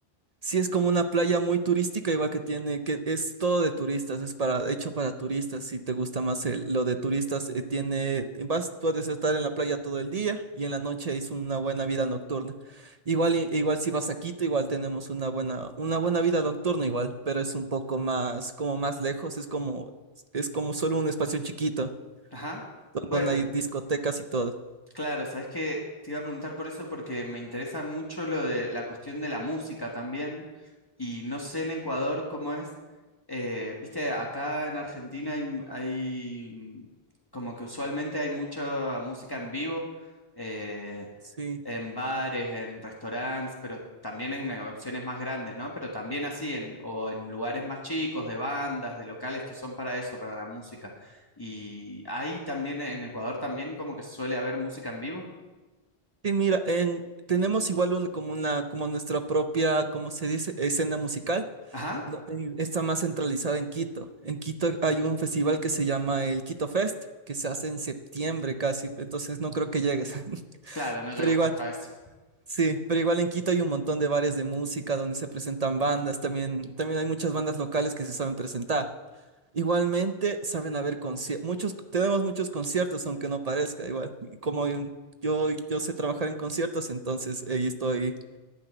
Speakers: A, on the right; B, on the left.
A: Sí, es como una playa muy turística, igual que tiene, que es todo de turistas, es para, hecho para turistas, si te gusta más el- lo de turistas, eh, tiene, vas, puedes estar en la playa todo el día y en la noche es una buena vida nocturna. Igual, i- igual si vas a Quito, igual tenemos una buena, una buena vida nocturna igual, pero es un poco más, como más lejos, es como, es como solo un espacio chiquito,
B: Ajá.
A: don-
B: Bueno,
A: donde hay discotecas y todo.
B: claro, sabes que te iba a preguntar por eso porque me interesa mucho lo de la cuestión de la música también. Y no sé en Ecuador cómo es. eh, viste, acá en Argentina hay, hay, mm, como que usualmente hay mucha música en vivo. eh,
A: Sí.
B: en bares, en restaurantes, pero también en eh, opciones más grandes, ¿no? Pero también así, en, o en lugares más chicos, de bandas, de locales que son para eso, para la música. Y ahí también, en Ecuador también como que suele haber música en vivo.
A: Sí, mira, en, tenemos igual un- como una, como nuestra propia, ¿cómo se dice? Escena musical.
B: Ajá,
A: no, eh, está más centralizada en Quito. En Quito hay un festival que se llama el Quito Fest, que se hace en septiembre casi, entonces no creo que llegues. <laughs>
B: claro, no llego
A: Pero igual,
B: justo a ese.
A: sí, pero igual en Quito hay un montón de bares de música donde se presentan bandas, también, también hay muchas bandas locales que se saben presentar. Igualmente, saben haber conciertos, muchos, tenemos muchos conciertos, aunque no parezca, igual. Y Como en- yo, yo sé trabajar en conciertos, entonces ahí estoy,